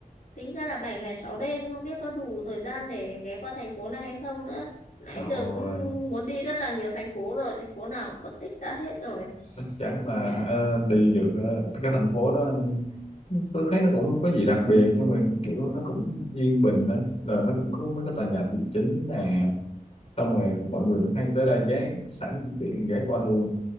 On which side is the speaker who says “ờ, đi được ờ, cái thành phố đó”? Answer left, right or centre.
Left